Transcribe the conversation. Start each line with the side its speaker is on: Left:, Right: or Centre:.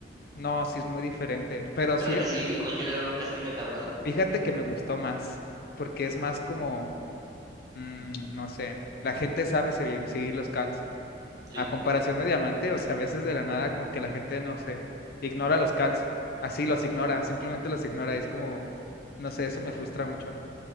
Left: No, sí es muy diferente. Pero
Right: ¿Verdad
Left: sí,
Right: que sí? Cualquier error castiga, cabrón.
Left: fíjate que me gustó más, porque es más como, mm, no sé, la gente sabe seguir, seguir los calls.
Right: Sí.
Left: A comparación de diamante, o sea, a veces de la nada como que la gente, no sé, ignora los calls. Así los ignora, simplemente los ignora. y es como, no sé, eso me frustra mucho.